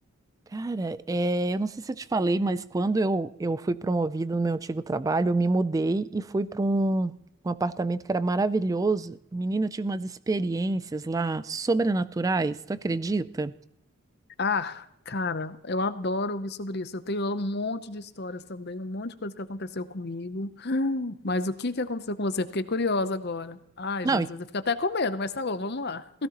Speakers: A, on the right; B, on the left.
A: Cara, é, eu não sei se eu te falei, mas quando eu, eu fui promovida no meu antigo trabalho, eu me mudei e fui para um, um apartamento que era maravilhoso. Menina, eu tive umas experiências lá sobrenaturais, tu acredita?
B: Ah, cara, eu adoro ouvir sobre isso. Eu tenho um monte de histórias também, um monte de coisa que aconteceu comigo. Mas o que que aconteceu com você? Fiquei curiosa agora. Ai,
A: Não,
B: Jesus, eu fico até com medo, mas tá bom, vamos lá.